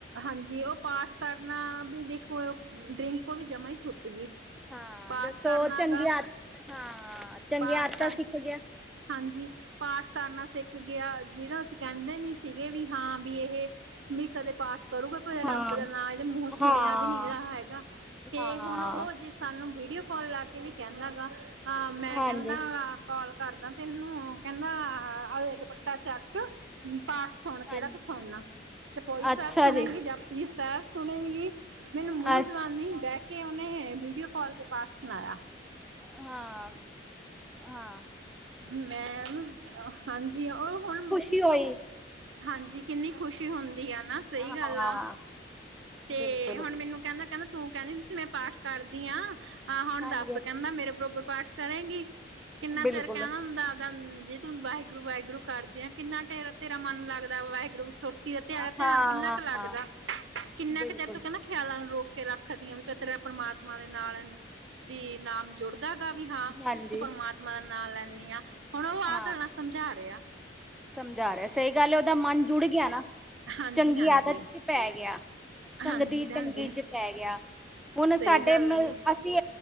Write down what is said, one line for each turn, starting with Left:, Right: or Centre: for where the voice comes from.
Right: ਹਾਂਜੀ ਓ ਪਾਠ ਕਰਨਾ ਵੀ ਦੇਖੋ ਡਰਿੰਕ ਓਦੀ ਜਮਾ ਈ ਛੁੱ ਸੀਗੀ
Centre: ਹਾਂ
Right: ਪਾਠ
Centre: ਦੱਸੋ
Right: ਕਰਨਾ
Centre: ਚੰਗੀਆਂ
Right: ਗਾ
Centre: ਹਾਂ ਚੰਗੀਆਂ
Right: ਪਾਠ
Centre: ਆਦਤਾਂ
Right: ਤਾਂ
Centre: ਸਿੱਖ ਗਿਆ।
Right: ਹਾਂਜੀ ਪਾਠ ਕਰਨਾ ਸਿੱਖ ਗਿਆ ਜਿਨੂੰ ਅਸੀਂ ਕੈਂਦੇ ਨੀ ਸੀਗੇ ਵੀ ਹਾਂ ਵੀ ਏਹ ਵੀ ਕਦੇ ਪਾਠ ਕਰੂਗਾ ਕੋਈ ਏ
Centre: ਹਾਂ
Right: ਰੱਬ ਦਾ ਨਾਂ ਏਦੇ ਮੂੰਹ
Centre: ਹਾਂ
Right: ਸੁਣਿਆ ਵੀ ਨੀ ਹੈਗਾ ਤੇ
Centre: ਹਾਂ
Right: ਹੁਣ ਓ ਜਿਸ ਸਾਨੂੰ ਵੀਡੀਓ ਕੋਲ ਲਾ ਕੇ ਵੀ ਕੈਂਦਾ ਗਾ ਹਾਂ ਮੈ
Centre: ਹਾਂਜੀ।
Right: ਕੈਂਦਾ ਗਾ ਕੋਲ ਕਰਦਾ ਤੈਨੂੰ ਕੈਂਦਾ ਆ-ਆ ਲੈ ਦੁਪੱਟਾ ਚੱਕ ਪਾਠ ਸੁਣ ਕੇੜਾ
Centre: ਹਾਂਜੀ
Right: ਤੂੰ ਸੁਣਨਾ ਚਪੋਈ ਸੈਬ
Centre: ਅੱਛਾ
Right: ਸੁਣੇਗੀ,
Centre: ਜੀ
Right: ਜਪ ਜੀ ਸੈਬ ਸੁਣੇਗੀ ਮੈਨੂੰ
Centre: ਅ
Right: ਮੂੰਹ ਜਵਾਨੀ ਬਹਿ ਕੇ ਉਨੇ ਵੀਡੀਓ ਕੋਲ ਤੇ ਪਾਠ ਸੁਣਾਇਆ।
Centre: ਹਾਂ-ਹਾਂ
Right: ਮੈਂ ਉਨੂੰ ਅ ਹਾਂਜੀ ਓ ਹੁਣ
Centre: ਪੀ ਓ ਏ
Right: ਹਾਂਜੀ ਕਿੰਨੀ ਖੁਸ਼ੀ ਹੁੰਦੀ ਆ ਨਾ ਸਈ
Centre: ਹਾਂ
Right: ਗੱਲ ਆ ਤੇ
Centre: ਬਿਲਕੁਲ
Right: ਹੁਣ
Centre: ਬਿਲਕੁਲ
Right: ਮੈਨੂੰ ਕੈਂਦਾ-ਕੈਂਦਾ ਤੂੰ ਕੈਂਦੀ ਹੁੰਦੀ ਸੀ ਮੈਂ ਪਾਠ ਕਰਦੀ ਆ ਹਾਂ ਹੁਣ
Centre: ਹਾਂਜੀ
Right: ਦੱਸ ਕੈਂਦਾ ਮੇਰੇ ਬਰੋਬਰ ਪਾਠ ਕਰੇਗੀ ਕਿੰਨਾ
Centre: ਬਿਲਕੁਲ
Right: ਚਿਰ ਕੈਣਾ ਹੁੰਦਾ ਜੇ ਤੂੰ ਵਾਹਿਗੁਰੂ-ਵਾਹਿਗੁਰੂ ਕਰਦੇ ਆ ਕਿੰਨਾ ਟੇਰਾ ਤੇਰਾ ਮਨ ਲੱਗਦਾ ਵਾਹਿਗੁਰੂ ਸੁਰ ਤੀ ਤੇਰਾ
Centre: ਹਾਂ
Right: ਧਿਆਨ
Centre: ਹਾਂ
Right: ਕਿੰਨਾ ਕ ਲੱਗਦਾ ਕਿੰਨਾ
Centre: ਬਿਲਕੁਲ
Right: ਕ ਚਿਰ ਤੂੰ ਕੈਂਦਾ ਖਿਆਲਾਂ ਨੂੰ ਰੋਕ ਕੇ ਰੱਖਦੀਆਂ ਵੀ ਪ ਤੇਰਾ ਪ੍ਰਮਾਤਮਾ ਦੇ ਨਾਲ ਵੀ ਨਾਮ ਜੁੜਦਾ ਗਾ ਵੀ ਹਾਂ
Centre: ਹਾਂਜੀ
Right: ਤੂੰ ਪਰਮਾਤਮਾ ਦਾ ਨਾਂ ਲੈਣੀ ਆ ਹੁਣ ਓ
Centre: ਹਾਂ
Right: ਆ ਗੱਲਾਂ ਸਮਝਾ ਰਿਆ।
Centre: ਸਮਝਾ ਰਿਆ ਸਈ ਗੱਲ ਓਦਾ ਮਨ ਜੁੜ ਗਿਆ ਨਾ
Right: ਹਾਂਜੀ
Centre: ਚੰਗੀ
Right: ਹਾਂਜੀ
Centre: ਆਦਤ ਚ ਪੈ ਗਿਆ। ਸੰਗਤੀ
Right: ਹਾਂਜੀ
Centre: ਚੰਗੀ
Right: ਭੈਣ ਜੀ
Centre: ਚ ਪੈ ਗਿਆ ਹੁਣ
Right: ਸਹੀ
Centre: ਸਾਡੇ
Right: ਗੱਲ
Centre: ਮਲ
Right: ਹੈ ਜੀ
Centre: ਅਸ ਚੀ